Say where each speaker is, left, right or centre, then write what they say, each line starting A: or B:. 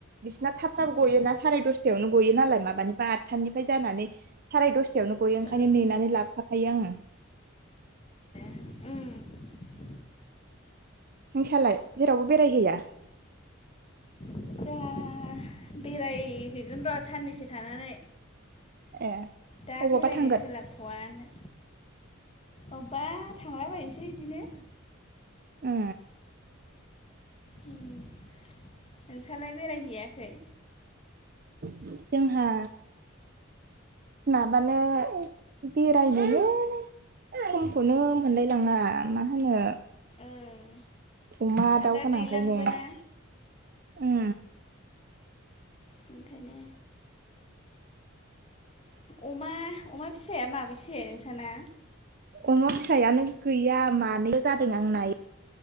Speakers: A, on the right (about 45°); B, on the left (about 30°).
A: बिसिना थाब थाब
B: ओं
A: गयोना साराय दसथायावनो गयो नालाय माबानिफ्राय आतथानिफ्राय जानानै साराय दसथायावनो गयो ओंखायनो
B: ए
A: नेनानै लाबफाखायो आङो।
B: उम
A: नोंसालाय जेरावबो बेरायहैया?
B: जोहा बेरायहैगोन र' साननैसो थानानै।
A: ए
B: दा
A: अबावबा
B: बेरायनो
A: थांगोन
B: सोलाब थ'वानो अबबा थांलाबायसै इदिनो।
A: अ
B: नोंस्रालाय बेरायहैयाखै?
A: जोंहा माबानो बेरायनोल' समखौनो मोनलाय लाङा मा होनो
B: ओं
A: खुमा
B: आरो
A: दाउ
B: दा
A: गोनांखायनो
B: दैलांबो ना
A: उम।
B: ओंखायनो अमा अमा फिसाया माबेसे नोंसाना?
A: अमा फिसायानो गैया मानैल' जादों आं नाय